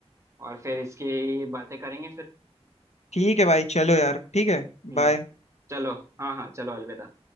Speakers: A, on the right (about 25°); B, on the left (about 80°).
A: और फिर इसकी बातें करेंगे फिर
B: ठीक है भाई चलो यार ठीक है
A: हम्म
B: बाय
A: चलो हाँ हाँ चलो अलविदा